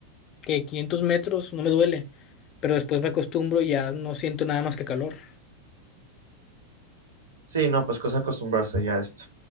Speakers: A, on the left (about 35°); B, on the right (about 65°).
A: que 500 metros no me duele, pero después me acostumbro y ya no siento nada más que calor.
B: Sí, no, pues cosa acostumbrarse ya a esto.